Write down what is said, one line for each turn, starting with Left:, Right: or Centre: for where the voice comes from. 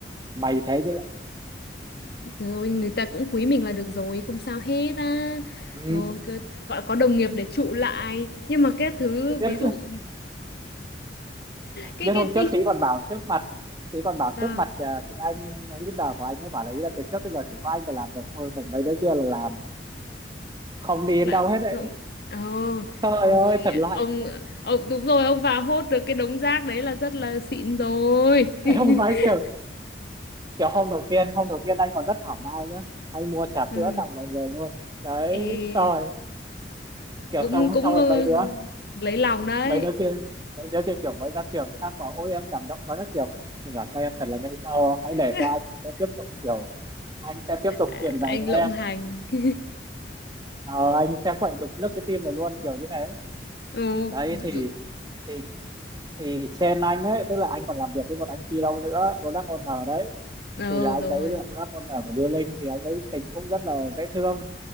Right: mày thế chứ lại
Left: trời ơi, người ta cũng quý mình là được rồi không sao hết á
Right: ừ,
Left: rồi cơ- gọi có đồng nghiệp để trụ lại nhưng mà cái thứ
Right: tôi biết
Left: ví dụ cái
Right: biết
Left: cái
Right: hôm
Left: tí-
Right: trước chị còn bảo trước mặt chị còn bảo
Left: sao
Right: trước mặt ờ, cái anh leader của anh ấy bảo là ý là từ trước bây giờ chỉ có anh là làm được thôi còn mấy đứa kia là làm không đi
Left: Làm
Right: đến đâu hết đấy
Left: không Ồ,
Right: trời
Left: thôi
Right: ơi thật là hạnh
Left: ông
Right: phúc
Left: ông đúng rồi ông vào hốt được cái đống rác đấy là rất là xịn rồi
Right: <laughs>
Left: <laughs>
Right: em không nói kiểu kiểu hôm đầu tiên hôm đầu tiên anh còn rất thảo mai nhá anh mua trà
Left: ừ.
Right: sữa tặng mọi người luôn đấy
Left: Ê,
Right: rồi kiểu
Left: cũng
Right: xong
Left: cũng
Right: xong rồi
Left: ờ,
Right: mấy đứa
Left: lấy lòng đấy
Right: mấy đứa kia mấy đứa kia kiểu mới ra trường khác bảo ôi em cảm động quá các kiểu mình bảo các em thật là ngây thơ hãy để
Left: <laughs>
Right: cho anh sẽ tiếp tục kiểu anh sẽ tiếp tục
Left: À,
Right: truyền dạy
Left: anh
Right: cho em
Left: lộng hành <laughs>
Right: Ờ, anh sẽ quậy đục nước cái tim này luôn kiểu như thế
Left: Ồ,
Right: đấy
Left: ừ,
Right: thì thì thì trên anh ấy tức là anh còn làm việc với một anh PO nữa product owner đấy
Left: ừ
Right: thì là anh
Left: rồi
Right: đấy là product owner của Building thì anh đấy tính cũng rất là dễ thương